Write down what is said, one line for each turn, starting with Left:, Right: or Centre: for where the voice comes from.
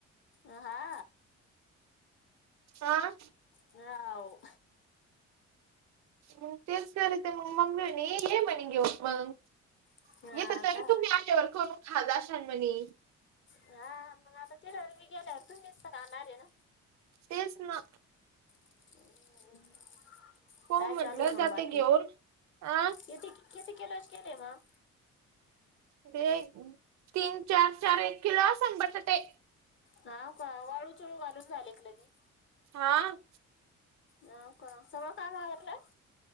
Left: अ हा.
Right: आं?
Left: हाव.
Right: मग तेच तर ते मग मम्मी म्हणे ये म्हणे घेऊ मग.
Left: हा
Right: येत तर
Left: का
Right: तुम्ही आल्यावर करून खाज असाल म्हणे.
Left: हा मग आता तिला गेल्यावर तुम्हीच तर खाणारे ना.
Right: तेच ना.
Left: हम्म मग
Right: हो
Left: काय
Right: म्हटलं
Left: चाललंय मग
Right: जाते
Left: बाकी?
Right: घेऊन अ
Left: येते की. किती किलोचे केले मग?
Right: ते तीन चार चार एक किलो असंल बटाटे.
Left: हा का वाळू चळू घालून झाले का लगी?
Right: हा.
Left: हाव का सगळं काम आवरलं?